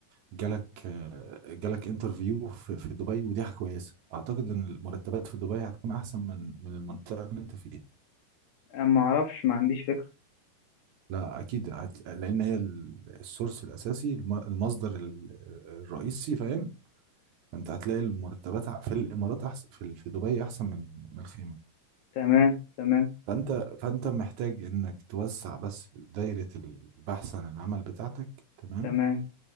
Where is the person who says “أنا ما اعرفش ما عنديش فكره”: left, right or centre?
Left